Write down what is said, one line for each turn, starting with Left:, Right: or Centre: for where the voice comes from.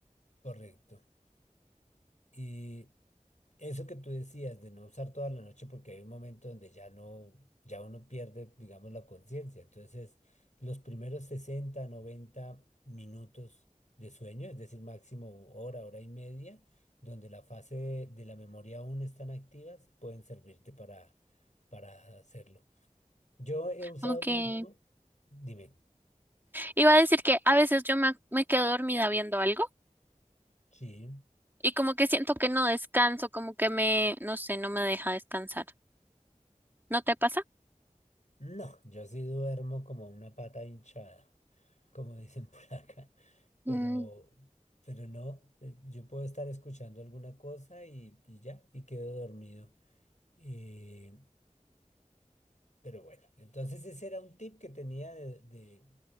Left: Correcto. y Eso que tú decías de no usar toda la noche porque hay un momento donde ya no, ya uno pierde, digamos, la conciencia. Entonces, los primeros 60 90 minutos de sueño, es decir, máximo hora, hora y media, donde la fase de, de la memoria aún están activas, pueden servirte para, para hacerlo. Yo he usado
Right: Ok.
Left: mucho, dime,
Right: Iba a decir que a veces yo me, me quedo dormida viendo algo
Left: sí,
Right: y como que siento que no descanso, como que me, no sé, no me deja descansar. ¿No te pasa?
Left: no, yo sí duermo como una pata hinchada. como dicen por acá, pero,
Right: Mm,
Left: pero no, eh, yo puedo estar escuchando alguna cosa y, y ya, y quedo dormido. Eh, pero bueno, entonces ese era un tip que tenía de, de-